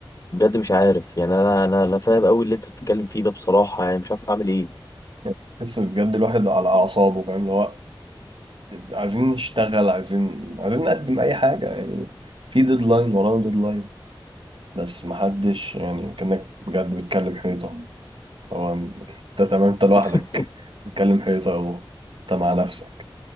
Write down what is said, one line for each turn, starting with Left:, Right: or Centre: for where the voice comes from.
Left: بجد مش عارف يعني انا انا انا فاهم قوي اللي انت بتتكلم فيه ده بصراحه يعني مش عارف اعمل ايه
Right: يعني، تحس بجد الواحد على اعصابه فاهم اللي هو عايزين نشتغل عايزين عايزين نقدم اي حاجه يعني في ديدلاين وراه ديدلاين بس محدش يعني كانك بجد بتكلم حيطه هو انت تمام انت لوحدك
Left: <laughs>
Right: بتتكلم حيطه اهو انت مع نفسك